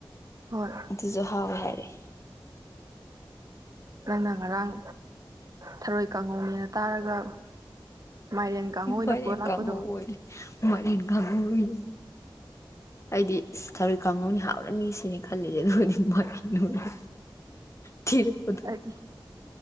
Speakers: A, on the right; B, on the left.
A: ꯍꯣꯏ
B: ꯑꯗꯨꯁꯨ ꯍꯥꯎꯋꯦ ꯍꯥꯏ ꯐ <inaudible>
A: ꯅꯪꯅ ꯉꯔꯥꯡ ꯊꯔꯣꯏ ꯀꯥꯡꯉꯧꯅꯦꯅ ꯇꯥꯔꯒ ꯃꯥꯏꯔꯦꯟ ꯀꯥꯡꯉꯧ ꯑꯣꯏꯅ
B: ꯃꯥꯏꯔꯦꯟ
A: ꯄꯨꯔ ꯂꯥꯛꯄꯗꯣ
B: ꯀꯥꯡꯉꯧ ꯑꯣꯏꯔꯦ ꯃꯥꯏꯔꯦꯟ ꯀꯧꯒꯧ ꯑꯣꯔꯦ ꯑꯩꯗꯤ ꯁꯔ ꯀꯥꯡꯍꯧꯅꯤ ꯍꯥꯥꯎꯔꯅꯤ ꯁꯤꯅꯤ ꯈꯜꯂꯤꯁꯦ ꯑꯗꯨꯕꯨꯗꯤ ꯊꯤꯔꯦ ꯈꯨꯗꯨ
A: ꯑꯩꯗꯤ